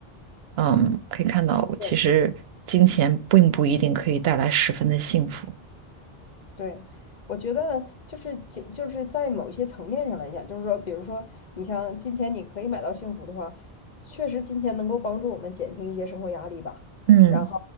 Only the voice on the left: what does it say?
对。对，我觉得就是金，就是在某些层面上来讲，就是说，比如说，你像金钱，你可以买到幸福的话，确实金钱能够帮助我们减轻一些生活压力吧。
然后，